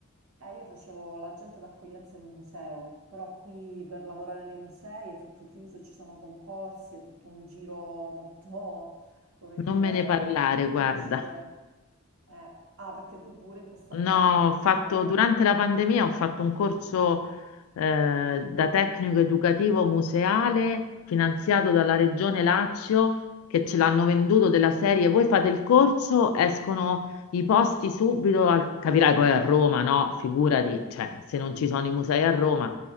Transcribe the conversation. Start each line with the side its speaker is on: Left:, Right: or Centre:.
Right: Eh, io facevo l'agente d'accoglienza in un museo, però qui per lavorare nei musei è tutto chiuso, ci sono concorsi, è tutto un giro molto, <laughs> come dire,
Left: Non me ne parlare,
Right: difficile.
Left: guarda.
Right: Eh, ah, perché tu pure in questo
Left: No,
Right: ambiente forse...
Left: ho fatto, durante la pandemia ho fatto un corso eh, da tecnico educativo museale finanziato dalla Regione Lazio che ce l'hanno venduto della serie. Voi fate il corso, escono i posti subito, al- capirai poi a Roma, no? Figurati, cioè, se non ci sono i musei a Roma,